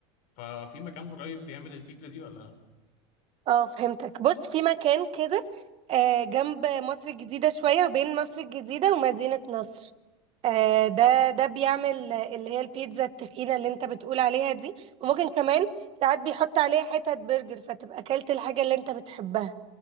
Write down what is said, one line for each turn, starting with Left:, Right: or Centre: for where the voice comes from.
Left: ففي مكان قريب بيعمل البيتزا دي ولا لا
Right: اه فهمتك بص في مكان كده آه، جنب مصر الجديدة شوية وبين مصر الجديدة ومدينة نصر آه، ده ده بيعمل آه، اللي هي البيتزا التخينة اللي انت بتقول عليها دي وممكن كمان ساعات بيحط عليها حتت برجر فتبقى اكلت الحاجة اللي انت بتحبها